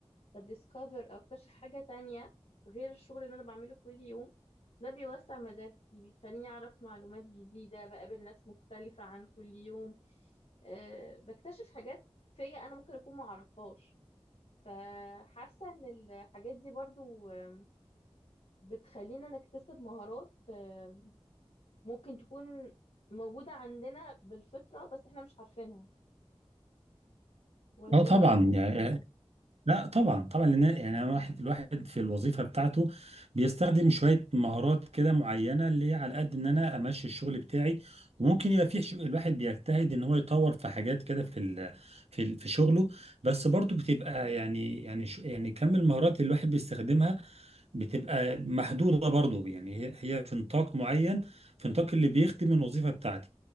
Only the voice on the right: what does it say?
اه
طبعا
يعني آه، لا طبعا طبعا لان يعني أنا واحد الواحد في الوظيفه بتاعته بيستخدم شويه مهارات كده معينه اللي هي على قد ان انا امشي الشغل بتاعي وممكن يبقى في ش- الواحد بيجتهد ان هو يطور في حاجات كده في ال في ال في شغله بس برضو بتبقى يعني يعني ش- يعني كم المهارات اللي الواحد بيستخدمها بتبقى محدوده برضو يعني هي هي في نطاق معين في نطاق اللي بيخدم الوظيفه بتاعتي